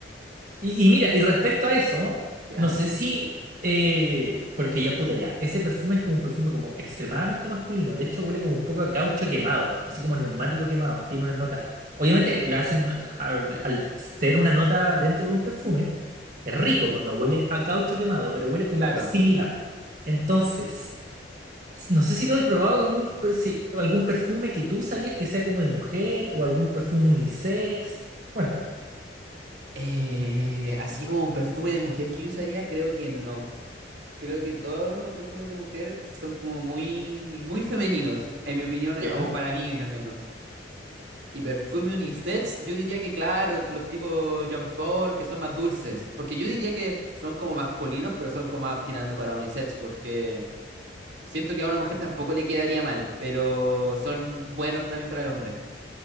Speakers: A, on the right (about 45°); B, on the right (about 70°).
A: Y,
B: Sí,
A: y mira, y respecto a eso,
B: ¿ya?
A: no sé si, eh, porque ya puta ya, ese perfume es como un perfume como extremadamente masculino, de hecho huele como un poco a caucho quemado, así como a neumático quemado, tiene una nota. Obviamente lo hacen al, al ser una nota dentro de un perfume, es rico, pues no huele a caucho quemado, pero huele como
B: Claro.
A: similar. Entonces, no sé si tú has probado algún, per- si- algún perfume que tú sabías que sea como de mujer o algún perfume unisex. Cuéntame.
B: Eh, así como perfume de mujer que yo usaría, creo que no. Creo que todos los perfumes de mujer son como muy, muy femeninos, en mi opinión, eh,
A: ¿Ya?
B: o para mí al menos. Y perfume unisex, yo diría que claro, los tipos Jean Paul, que son más dulces. Porque yo diría que son como masculinos, pero son como más tirando para unisex, porque siento que a una mujer tampoco le quedaría mal, pero son buenos también para el hombre.